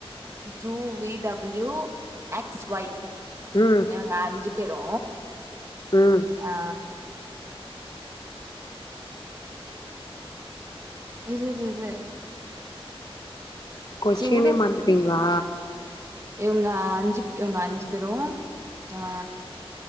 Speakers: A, on the right; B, on the left.
A: U V W X Y
B: ம்
A: இவுங்க அஞ்சு பேரு
B: ம்
A: ஆ யூசுஸ் இருக்கு
B: கொஷினே
A: செவுடு
B: மறந்துட்டீங்களா
A: இவுங்க அஞ்சு இவுங்கக அஞ்சு பேரு ஆ